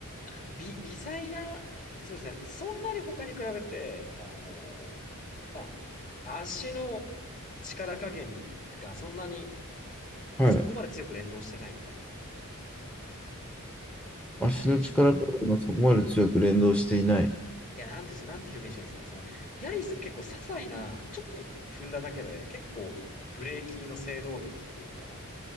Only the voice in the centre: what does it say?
はい。
足の力加減がそこまで強く連動していない。